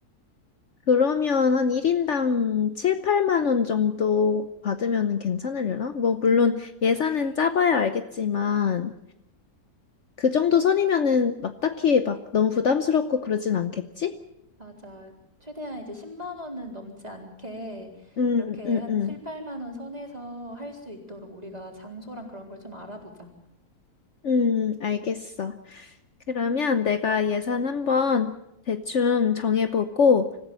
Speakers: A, on the left (about 55°); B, on the right (about 25°).
A: 그러면 한 1인당 7, 8만 원 정도 받으면 괜찮으려나? 뭐, 물론 예산은 짜봐야 알겠지만, 그 정도 선이면은 막 딱히 막 너무 부담스럽고 그러진 않겠지?
B: 맞아. 최대한 이제 10만 원은 넘지 않게
A: 음,
B: 그렇게
A: 음,
B: 한
A: 음.
B: 7, 8만 원 선에서 할 수 있도록 우리가 장소랑 그런 걸 좀 알아보자.
A: 음, 알겠어. 그러면 내가 예산 한번 대충 정해보고,